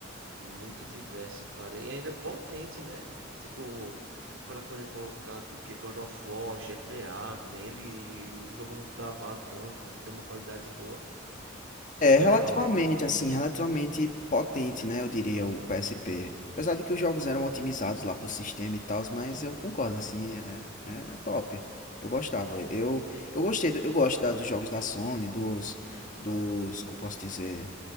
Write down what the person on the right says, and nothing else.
Muito diverso, cara. E ainda potente, né? Tipo, para poder colocar o que God of War, GTA nele, e o jogo não travar tanto, ter uma qualidade boa. Surreal,
mano.